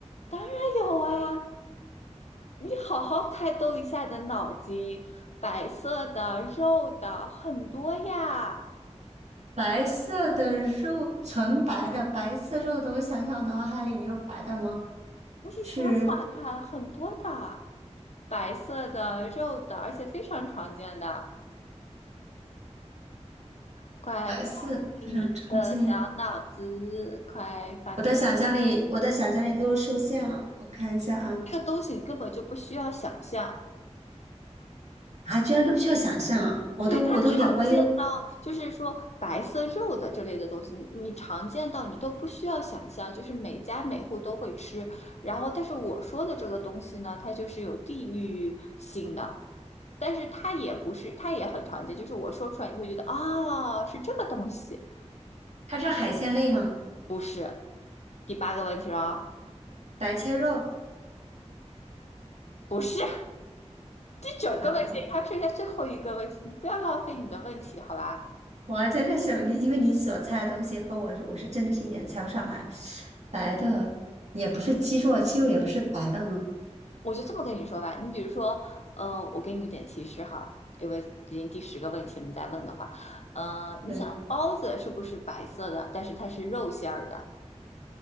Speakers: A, on the left; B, on the right.
A: 当然有啊，你好好开动一下你的脑筋，白色的、肉的很多呀，
B: 白色的肉，纯白的白色肉的，我想想，我脑海里有白的吗？
A: 你想想看，
B: 是
A: 很多的，白色的、肉的，而且非常常见的。快开看
B: 白色，
A: 进你的小脑子，
B: 非常常见。
A: 快发动
B: 我的想象力，我的想象力都受限了。我看一下啊，
A: 这个东西你根本就不需要想象，
B: 啊，居然都不需要想象啊！我都我都有点怀疑哦，
A: 对，它常见。就是说白色肉的这类的东西，你你常见到你都不需要想象，就是每家每户都会吃。然后，但是我说的这个东西呢，它就是有地域性的，但是它也不是，它也很常见。就是我说出来，你会觉得啊、是这个东西，
B: 它是海鲜类吗？
A: 不是。第八个问题了哦，
B: 白切肉？
A: 不是。第九个问题，
B: 那我那我
A: 它剩下最后一个问题，你不要浪费你的问题，好吧？
B: 我真的是你，因为你所猜的东西和我是我是真的是一点猜不上来。白的也不是鸡肉啊，鸡肉也不是白的呢。
A: 我就这么跟你说吧，你比如说，呃，我给你一点提示哈，因为已经第十个问题了，你再问的话，呃，
B: 对，
A: 你想包子是不是白色的，但是它是肉馅儿的，